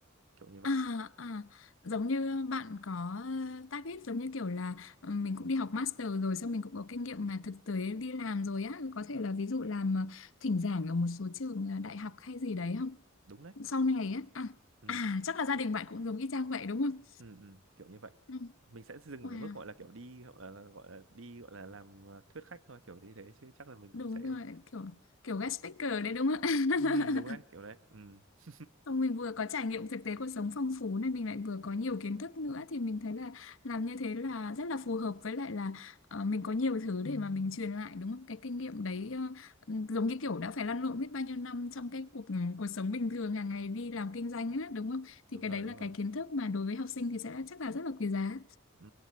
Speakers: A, on the right; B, on the left.
A: kiểu như vậy
B: À, à, giống như bạn có ờ, target giống như kiểu là ờ, mình cũng đi học master rồi xong mình cũng có kinh nghiệm mà thực tế đi làm rồi á có thể là ví dụ làm ờ, thỉnh giảng ở một số trường ờ, đại học hay gì đấy không
A: đúng đấy
B: sau này á à,
A: ừ
B: à chắc là gia đình bạn cũng giống y chang vậy đúng không
A: ừ ừ kiểu như vậy
B: ừ.
A: mình sẽ dừng
B: Wow
A: ở cái mức gọi là kiểu đi hoặc là gọi là đi gọi là làm ờ, thuyết khách thôi kiểu như thế chứ chắc là mình cũng
B: đúng
A: sẽ
B: rồi kiểu kiểu guest speaker đấy đúng không <laughs>
A: ừ đúng đấy kiểu đấy ừ <laughs>
B: Xong mình vừa có trải nghiệm thực tế cuộc sống phong phú nên mình lại vừa có nhiều kiến thức nữa thì mình thấy là làm như thế là rất là phù hợp với lại là ờ, mình có nhiều thứ để mà mình truyền lại đúng không? Cái kinh nghiệm đấy ờ, ừ, giống như kiểu đã phải lăn lộn biết bao nhiêu năm trong cái cuộc ừ, cuộc sống bình thường hàng ngày đi làm kinh doanh á đúng không?
A: đúng
B: Thì cái
A: rồi
B: đấy
A: đúng
B: là
A: rồi
B: cái kiến thức mà đối với học sinh thì sẽ chắc là rất là quý giá.
A: Ừ,